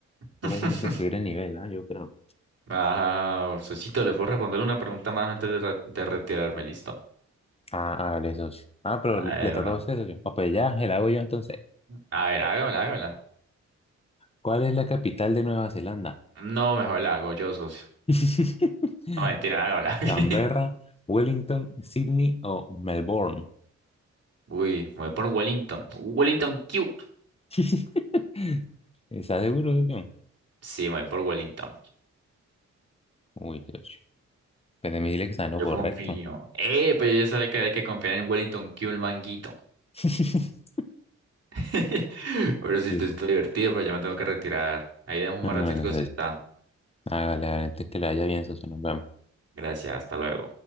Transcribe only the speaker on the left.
Toca
como que subir el nivel, ¿ah? Yo creo.
Ah, ah, socio. Ah, pero
le
toca
a usted, socio. Ah, pues ya, el hago yo entonces.
¿Cuál es la capital de Nueva Zelanda?
<laughs>
¿Canberra,
Wellington, Sydney o Melbourne?
<laughs> ¿Está seguro, socio?
Uy, socio. Pues me dile que está en lo
correcto.
<laughs>
Pues,
sí.
Más
o
menos
Hágale, hágale, antes que le vaya bien, socio, nos vemos.